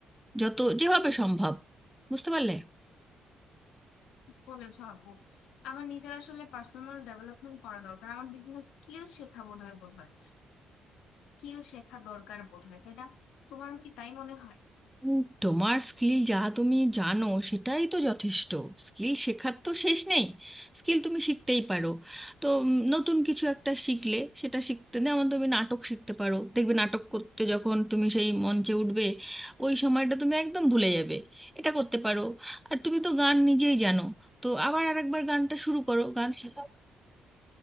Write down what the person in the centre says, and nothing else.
যত যেভাবে সম্ভব বুঝতে পারলে
উম, তোমার স্কিল যা তুমি জানো সেটাই তো যথেষ্ট স্কিল শেখার তো শেষ নেই স্কিল তুমি শিখতেই পারো তো উম, নতুন কিছু একটা শিখলে সেটা শিখতে যেমন তুমি নাটক শিখতে পারো দেখবে নাটক করতে যখন তুমি সেই মঞ্চে উঠবে ওই সময়টা তুমি একদম ভুলে যাবে এটা করতে পারো আর তুমি তো গান নিজেই জানো তো আবার আরেকবার গানটা শুরু করো গান শেখা